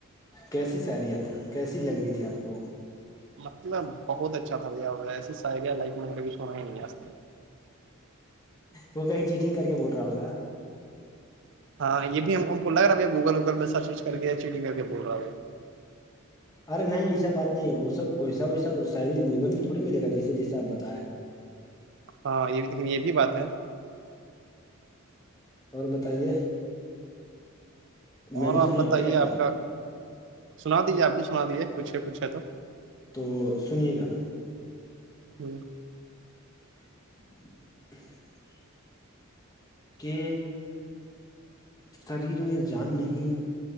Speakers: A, on the left; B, on the right.
A: کیسی ساریاں تھا کیسی لگ رہی تھی آپ کو
B: مطلب بہت اچھا تھا بھیا ویسے سا آ گیا لائف میں نے کبھی سنا ہی نہیں آج تک
A: وہ کہیں چیٹنگ کر کے بول رہا ہوگ
B: ہاں یہ بھی ہم کو بول رہا اب یہ گوگل ووگل میں سرچ وچ کر کے چیٹنگ کر کے بول رہا اب
A: ارے نہیں ایسا بات نہیں ہے وہ سب ویسا ویسا سا گوگل میں تھوڑی ملے گا جیسے جیسے آپ بتیں
B: ہاں یہ بھی لیکن یہ بھی بات ہے
A: اور بتائیے میں
B: اور
A: بھی
B: آپ
A: سنا
B: بتائیے
A: ہوں کیا ایک
B: آپ
A: آد
B: کا سنا دیجیے آپ بھی سنا دیجیے کچھ ہے کچھ ہے تو
A: تو سنیے گا
B: جوں
A: <inaudible> کہ شریر میں جان نہیں